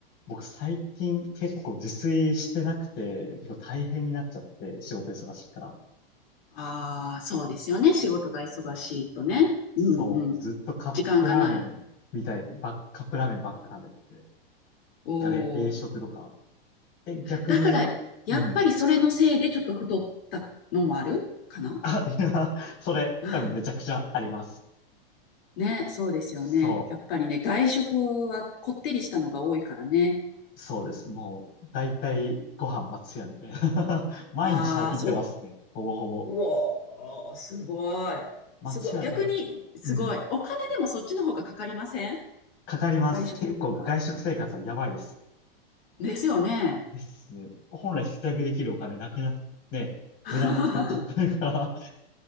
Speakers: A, on the left; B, on the left.
A: 僕最近結構自炊してなくて、結構大変になっちゃって、仕事忙しいから。
B: ああ、そうですよね。仕事が忙しいとね。
A: そう、
B: うんうん。
A: ずっとカップラーメンみたい、
B: 時間がない。
A: ば、カップラーメンばっか食べてて、
B: お
A: あれ、冷食とか。
B: お。
A: え、逆に、
B: だから、やっぱりそれのせいでちょっと太ったのもあるかな
A: うん。あ、いや、それ、
B: うん
A: 多分めちゃくちゃあります。
B: <laughs> ね、そうですよね。
A: そ
B: やっぱりね、外食はこってりしたのが多いからね。
A: う、そうです。もう、だいたいご飯松屋みたいな。<laughs> 毎日食べ、
B: ああ、そ
A: 行ってますね。ほぼほぼ。
B: う。うおー、すごい。
A: 松屋で、
B: すごい。逆に、
A: ふうん。
B: すごい。お金でもそっちの方がかかりません
A: かかります。
B: 外食の方が。
A: 結構外食生活はやばいです。
B: ですよね。
A: ですね。本来節約できるお金なくなって、
B: <laughs>
A: 無駄に使っちゃってるから、<laughs>